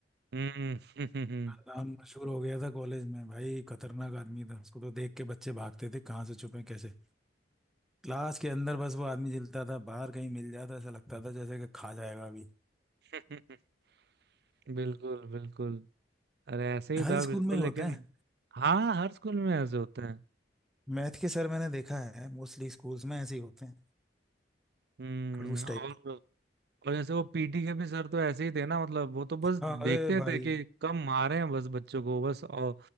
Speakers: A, on the right; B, in the centre.
A: हम्म
B: का नाम मशहूर हो गया था कॉलेज में भाई खतरनाक आदमी था उसको तो देख के बच्चे भागते थे कहाँ से छुपे कैसे क्लास के अंदर बस वो आदमी जलता था बाहर कहीं मिल जाता ऐसा लगता था जैसे कि खा जाएगा अभी
A: <laughs> बिल्कुल बिल्कुल अरे ऐसे ही
B: हर
A: था
B: स्कूल
A: बिल्कुल
B: में ही होते
A: लेकिन
B: हैं
A: हाँ हर स्कूल में ऐसे होते हैं
B: मैथ के सर मैंने देखा है मोस्टली स्कूल्स में ऐसे ही होते हैं
A: हम्म
B: खड़ूस
A: और
B: टाइप
A: और जैसे वो पीटी के भी सर तो ऐसे ही थे ना मतलब वो तो बस
B: हाँ अरे
A: देखते
B: भाई
A: थे कि कम मारे हैं बस बच्चों को बस और